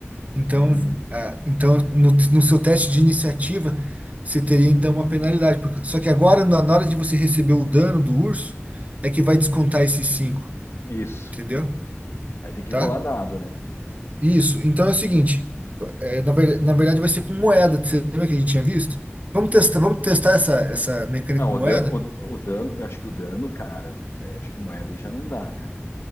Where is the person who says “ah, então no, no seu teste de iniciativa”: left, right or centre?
Right